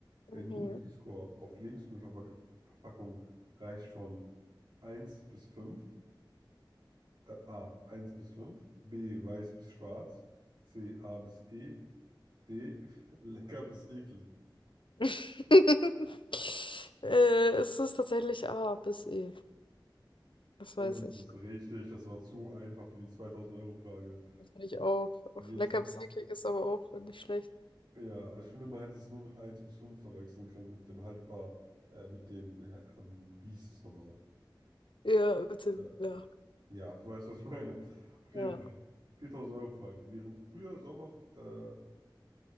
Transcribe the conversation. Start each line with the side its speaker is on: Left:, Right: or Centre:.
Right: Der
Left: Mhm.
Right: Nutri-Score auf Lebensmittelverpackungen reicht von eins bis 5. äh, A, eins bis fünf. B, weiß bis schwarz, C, A bis E, D, <laughs> lecker bis eklig.
Left: <laughs> äh, es ist tatsächlich A bis E. Das
Right: Und
Left: weiß
Right: das
Left: ich.
Right: ist richtig, das war zu einfach für die zweitausend euro frage
Left: Das finde ich auch.
Right: Jetzt,
Left: Lecker bis eklig ist aber auch nicht schlecht.
Right: ja, ich finde, man hätte es nur mit eins bis 5 verwechseln können, mit dem haltbar, äh, mit dem, äh, ähm, wie hieß es nochmal?
Left: Ja, bitte.
Right: Äh,
Left: Ja.
Right: Ja, du weißt, was ich meine. Auf jeden
Left: Ja.
Right: Fall. 4000-Euro-Frage. Während früher Sommer äh,